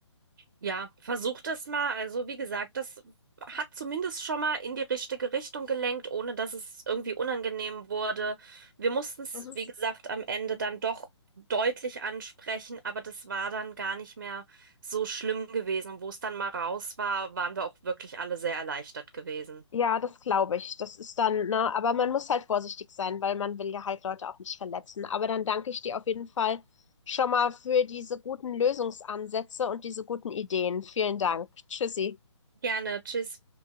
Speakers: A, on the right; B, on the left.
A: Ja, versuch das mal. Also, wie gesagt, das hat zumindest schon mal in die richtige Richtung gelenkt, ohne dass es irgendwie unangenehm wurde. Wir mussten es,
B: Mhm.
A: wie gesagt, am Ende dann doch deutlich ansprechen, aber das war dann gar nicht mehr so schlimm gewesen. Und wo es dann mal raus war, waren wir auch wirklich alle sehr erleichtert gewesen.
B: Ja, das glaube ich. Das ist dann, ne, aber man muss halt vorsichtig sein, weil man will ja halt Leute auch nicht verletzen. Aber dann danke ich dir auf jeden Fall schon mal für diese guten Lösungsansätze und diese guten Ideen. Vielen Dank. Tschüssi.
A: Gerne, tschüss.